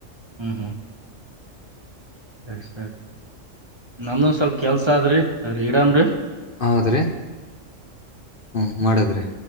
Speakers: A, on the right; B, on the left.
A: ಹ್ಮ್ ಹ್ಮ್ ಸರಿ ಸರಿ ನಮ್ದ ಒಂದ ಸ್ವಲ್ಪ ಕೆಲ್ಸ ಆದ್ರಿ ಸರಿ ಇಡಾಮ್ರರಿ
B: ಹೌದ್ರೀ ಹ್ಞೂ ಮಡಗ ರೀ